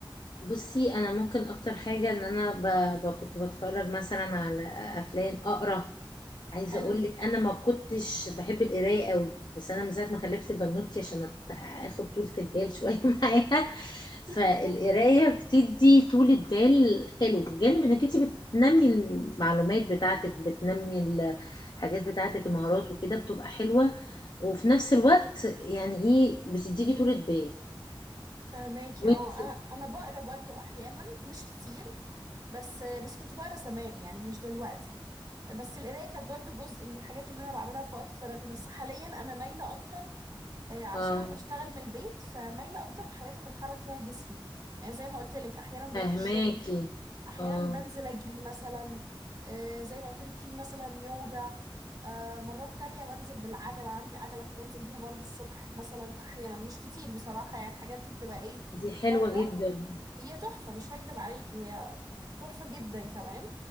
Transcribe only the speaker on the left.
بصي انا ممكن اكتر حاجه ان انا ب... ب... كنت بتفرج مثلا على افلام اقرا عايزه
اقول لك انا ما كنتش بحب القرايه قوي بس انا من ساعه ما خلفت البنوتي عشان أت- <laughs> اخد طولة البال شويه <laughs> معاها فالقرايه
بتدي طولة بال حلو بجانب انك انت بتنمي المعلومات بتاعتك بتنمي الحاجات بتاعتك المهارات وكده بتبقى حلوه وفي نفس الوقت يعني ايه بتديكي طولة بال
وانت
اه
فهماكي
اه
دي حلوة
جدا